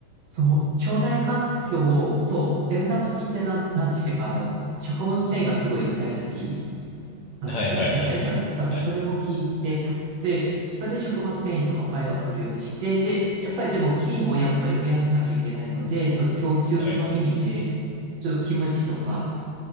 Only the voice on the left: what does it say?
はいはいはいはい。
はい。
はい。